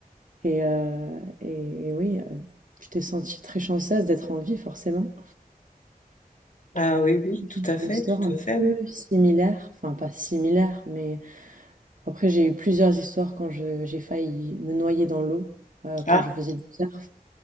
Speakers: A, on the right; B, on the left.
A: et euh, et, et oui, euh, tu t'es sentie très chanceuse d'être en vie forcément.
B: Ah oui, oui, tout
A: J'ai
B: à fait,
A: une histoire
B: tout
A: un
B: à fait.
A: peu
B: oui.
A: similaire, enfin pas similaire, mais après j'ai eu plusieurs histoires quand je j'ai failli me noyer dans l'eau euh, quand
B: Ah,
A: je faisais du surf.